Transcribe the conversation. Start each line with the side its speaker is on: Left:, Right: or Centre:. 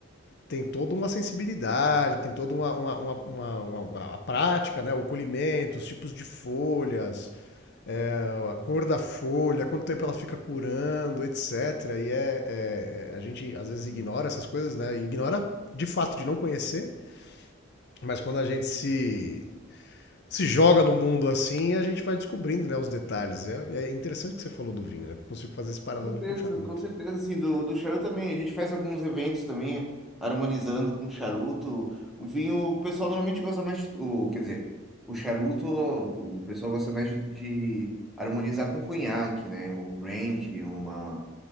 Left: Tem toda uma sensibilidade, tem toda uma, uma, uma, uma- uma- a prática, né? O colhimento, os tipos de folhas, é, a cor da folha, quanto tempo ela fica curando, etc. E é, é- é, a gente às vezes ignora essas coisas, né? Ignora de fato de não conhecer, mas quando a gente se, se joga no mundo assim, a gente vai descobrindo né, os detalhes. É, é interessante que você falou do vinho, né? Eu consigo fazer esse paralelo
Centre: Com certeza,
Left: com charuto.
Centre: com certeza. Assim, do, do charuto também. A gente faz alguns eventos também, harmonizando com charuto. O vinho, o pessoal normalmente gosta mais. O, quer dizer, o charuto, o pessoal gosta mais de, de harmonizar com conhaque, né? O brandy, uma.